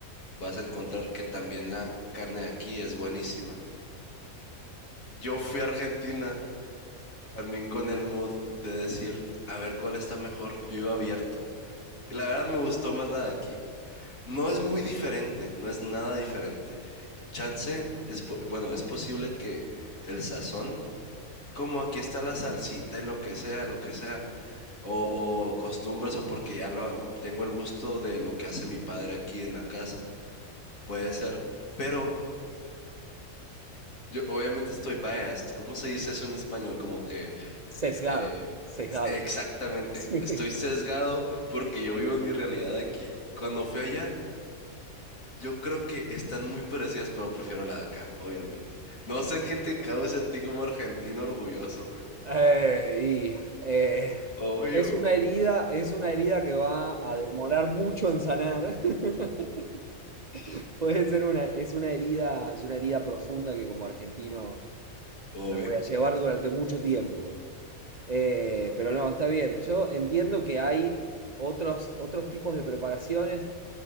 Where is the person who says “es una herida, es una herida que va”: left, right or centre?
Right